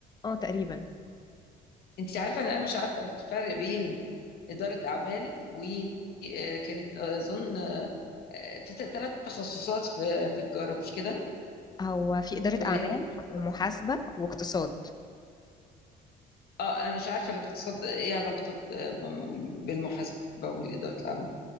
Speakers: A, on the left (about 25°); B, on the left (about 65°).
A: اه تقريبا
B: انت عارفه ان انا مش عارفه الفرق بين اداره اعمال وكانت اظن آه، آه، في ثلاث تخصصات في في تجاره مش كده
A: فهو في إدارة
B: ولا
A: أعمال
B: هي محاسبه
A: ومحاسبة
B: بس
A: واقتصاد
B: اه انا مش عارفه الاقتصاد ايه علاقته ب- بالمحاسبه والاداره العامه